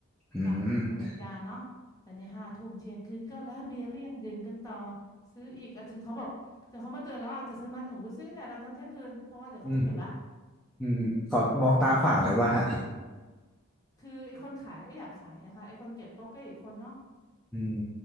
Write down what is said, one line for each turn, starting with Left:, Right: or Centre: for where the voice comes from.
Centre: อืม
Left: ตามกำหนดการเนาะแต่เนี่ยห้าทุ่มเที่ยงคืนก็แล้วเบียร์ก็ยังดื่มกันต่อซื้ออีกอ่ะจนเขาบอกจนเขามาเตือนแล้วอาจจะซื้อมาแต่หูซื้อกันแต่ละตอนเที่ยงคืนเพราะว่าเดี๋ยวเขาจะเก็บละ
Centre: อืมอืมขอมองตาขวางเลยป่ะฮะ
Left: นั่งยาวจนคือไอ้คนขายก็อยากขายอะค่ะไอ้คนเก็บโต๊ะก็อีกคนเนาะ
Centre: อืม